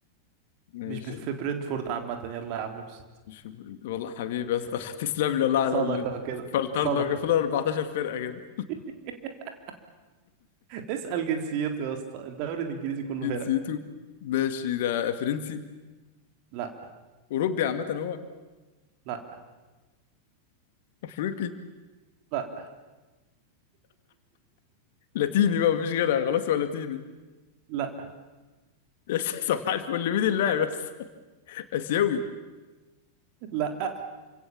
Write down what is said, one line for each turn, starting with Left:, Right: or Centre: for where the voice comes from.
Left: ماشي
Right: مش ب- في برنتفورد عامة يلا يا عم ابسط
Left: مش والله حبيبي يا
Right: ص-
Left: اسطى <laughs> تسلم لي والله على
Right: صدقة
Left: اللي
Right: كده
Left: فلترنا
Right: صدقة
Left: كده، فينا 14 فرقة كده
Right: <laughs> اسأل جنسيته يا اسطى الدوري الانجليزي كله
Left: جنسيته
Right: فرق
Left: ماشي ده فرنسي
Right: لا
Left: أوروبي عامة هو
Right: لا
Left: أفريقي
Right: لا
Left: لاتيني بقى مفيش غيرها خلاص هو لاتيني
Right: لا
Left: <laughs> يا صباح الفل مين اللاعب بس آسيوي
Right: لا